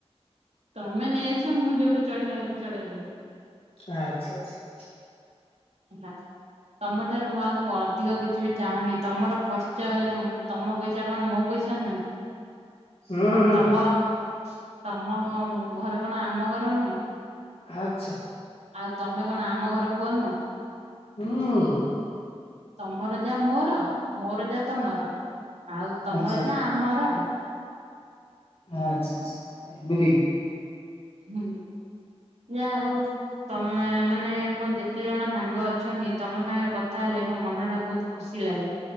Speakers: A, on the right (about 85°); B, on the left (about 60°).
A: ତମେ ନେଇଆସିବ ମୁଁ ଯୋଉଠି ଚଢେଇବା କଥା ଚଢେଇ ଦେବି।
B: ଆଚ୍ଛା ଆଛା।
A: ହେଲା ତମ ଠାରୁ ମୁଁ ଆଉ ଅଧିକ କିଛି ବି ଚାହୁଁନି ତମର ଖର୍ଚ୍ଚ ହେଲେ ମୁଁ ତମ ପଇସା କଣ ମୋ ପଇସା ନୁହେଁ।
B: ହୁଁ
A: ଆ
B: ହୁଁ
A: ତମ ତମ ଘର କଣ ଆମ ଘର ନୁହେଁ।
B: ଆଚ୍ଛା।
A: ଆଉ ତମେ କଣ ଆମ ଘର ପୁଅନୁହଁ।
B: ହୁଁ।
A: ତମର ଯା ମୋର ମୋର ଯାହା ତମର ଆଉ ତମର
B: ଆଚ୍ଛା
A: ଯା ଆମର ଆଉ।
B: ଆଚ୍ଛା ଆଛା ଏମିତିକି।
A: ହୁଁ ଯା ହଉ। ତମେ ମାନେ ମୁଁ ଯେତେ ଜଣ ସାଙ୍ଗ ଅଛନ୍ତି ତମ ସାଙ୍ଗରେ କଥା ହେଲେ ମୋ ମନ ଟା ବହୁତ ଖୁସି ଲାଗେ